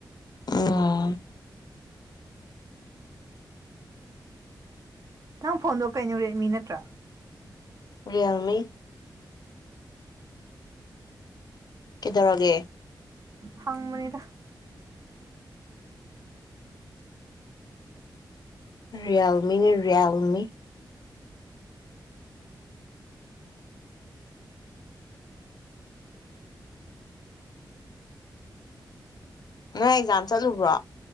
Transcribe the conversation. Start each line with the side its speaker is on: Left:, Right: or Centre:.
Left: ꯎꯝ
Right: ꯅꯪ ꯐꯣꯟꯗꯣ ꯀꯩꯅꯣ ꯔꯦꯗꯃꯤ ꯅꯠꯇ꯭ꯔꯥ
Left: ꯔꯦꯜꯃꯤ ꯀꯩꯗꯧꯔꯒꯦ
Right: ꯍꯪ ꯕꯅꯤꯗ
Left: ꯔꯤꯌꯦꯜꯃꯤ ꯅꯦ ꯔꯤꯌꯦꯜꯃꯤ ꯅꯣꯢ ꯑꯦꯛꯖꯥꯝ ꯆꯠꯂꯨꯕ꯭ꯔꯣ